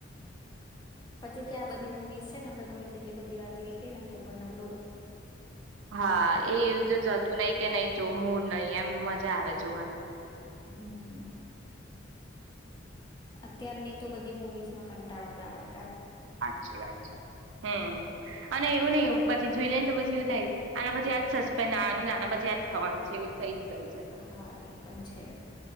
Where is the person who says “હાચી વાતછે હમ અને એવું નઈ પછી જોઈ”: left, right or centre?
Right